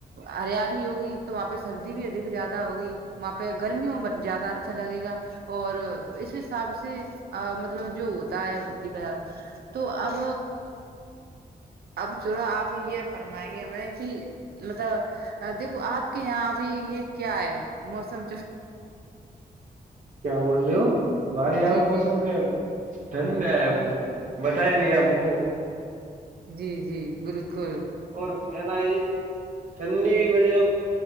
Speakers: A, on the right; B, on the right.
A: ہریالی ہوگی تو وہاں پہ سردی بھی ادک زیادہ ہوگی وہاں پہ گرمیوں میں زیادہ اچھا لگے گا اور اس حساب سے مطلب جو ہوتا ہے دھا ج تو اب اب چڑو آپ یہ فرمائیں گے میں کہ مطلب دیکھو آپ کے یہاں ابھی یہ کیا ہے موسم
B: کیا بول رہے ہو ہمارے یہاں
A: جی
B: پہ موسم
A: جی
B: میں ٹھنڈ ہے وہ بتایا نہیں ہم کو
A: جی جی بالکل
B: اور ہے نا یہ ٹھنڈی کی وجہ